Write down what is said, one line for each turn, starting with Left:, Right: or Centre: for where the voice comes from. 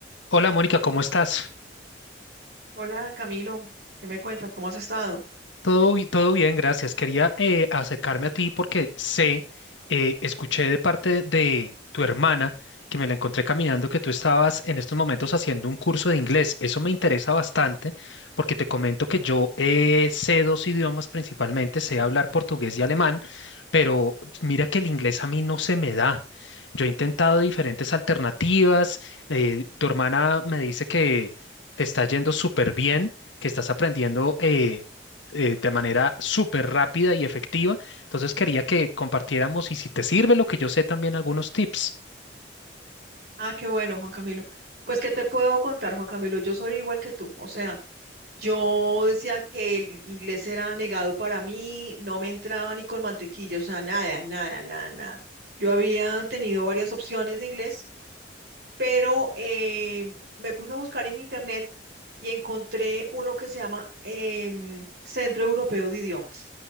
Left: Hola Mónica, ¿cómo estás?
Right: Hola Camilo, ¿qué me cuentas? ¿Cómo has estado?
Left: Todo, bi- todo bien, gracias. Quería eh, acercarme a ti porque sé, eh, escuché de parte de tu hermana que me la encontré caminando que tú estabas en estos momentos haciendo un curso de inglés. Eso me interesa bastante porque te comento que yo eh, sé dos idiomas principalmente, sé hablar portugués y alemán, pero mira que el inglés a mí no se me da. Yo he intentado diferentes alternativas. eh, tu hermana me dice que te está yendo súper bien. que estás aprendiendo eh, eh, de manera súper rápida y efectiva. Entonces quería que compartiéramos y si te sirve lo que yo sé también algunos tips.
Right: Ah, qué bueno, Juan Camilo. Pues, ¿qué te puedo contar, Juan Camilo? Yo soy igual que tú. O sea, yo decía que el inglés era negado para mí, no me entraba ni con mantequilla, o sea, nada, nada, nada, nada. Yo había tenido varias opciones de inglés pero eh, me puse a buscar en internet y encontré uno que se llama em, Centro Europeo de Idiomas,